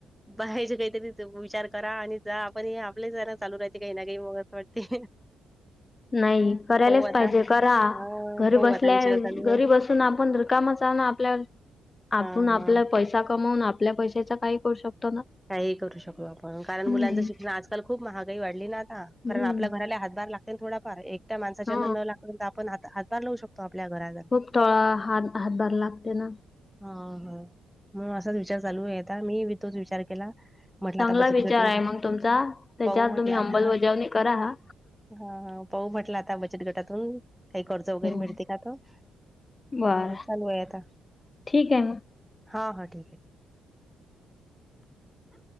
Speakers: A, in the centre; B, on the left.
A: पाहायचे काहीतरी विचार करा आणि जा आपण हे आपलेच जरा चालू राहते काही ना काही मग असं वाटते.
B: नाही करायलाच
A: पाहू आता
B: पाहिजे करा.
A: हा
B: घरी
A: पाहू
B: बसल्या
A: आता विचार चालू
B: घरी
A: आहे
B: बसून आपण र कामच ना आपल्या आपण
A: हा
B: आपल्या
A: हा
B: पैसा. कमवून आपल्या पैशाचा काही करू शकतो ना.
A: काही करू शकलो आपण कारण
B: हम्म.
A: मुलांचं शिक्षण आजकाल खूप महागाई वाढली ना आता
B: हम्म
A: कारण आपल्या घराला हातभार लागत. थोडाफार एकट्या माणसाच्याना
B: हा
A: न लाग आपण हात हातभार लावू शकतो आपल्या घरात.
B: खूप तोळा ह हातभार लागते ना.
A: हा हो मग असाच विचार चालू आहे आता मीी तोच विचार केला. म्हटलं
B: चांगला
A: आता बचत
B: विचार
A: गट
B: आहे मग तुमचा त्याच्यावर
A: पाहू म्हटलं
B: तुम्ही अंमलबजावणी
A: आता
B: करा.
A: हा पाऊ म्हटलं आता बचत गटातून काही कर्ज वगैरे
B: हम्म.
A: मिळते का त.
B: बरं
A: हम् चालू आहे आता
B: ठीक आहे मग.
A: हा हा ठीक आहे ठीक. ह.